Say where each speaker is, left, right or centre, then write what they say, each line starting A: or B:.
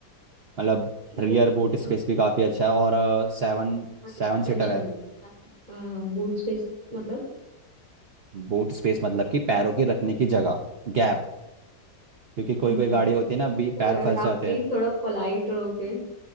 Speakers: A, on the right (about 75°); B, on the right (about 25°).
A: मतलब रियर
B: वो
A: बूट स्पेस
B: अ,
A: भी काफ़ी अच्छा है और सेवन
B: मतलब
A: सेवन
B: मैं समझी
A: सीटर है
B: नहीं क्या बूट स्पेस मतलब
A: बूट स्पेस मतलब कि पैरों की रखने की जगह गैप क्योंकि कोई
B: हम्म,
A: कोई गाड़ी होती है ना
B: तो
A: बी पैर फंस जाते
B: आप प्लीज
A: हैं
B: थोड़ा पोलाइट रहोगे